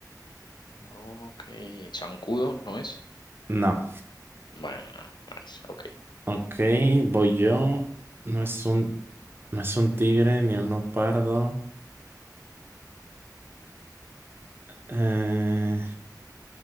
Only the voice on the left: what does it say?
Ok. ¿Zancudo no es?
Bueno, no es. Ok.